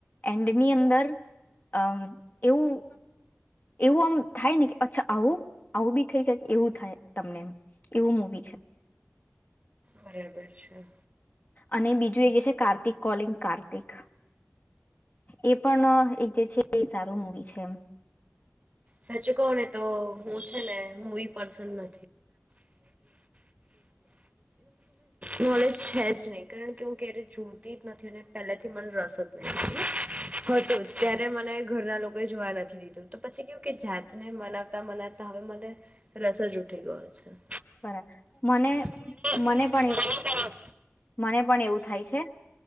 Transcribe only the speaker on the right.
બરાબર છે
સાચું કહ ને તો હું છે ને હું બસ, મને નોલેજ છે જ નહી કારણ કે હું ક્યારે જોતી જ નથી અને પહેલેથી મને રસ જ નહી હતો ત્યારે મને ઘરના લોકોએ જોવા નથી દીધું તો પછી કે જાતને મનાવતા મનાવતા હવે મને રસ જ ઉઠી ગયો છે.
મનંદ
કરણ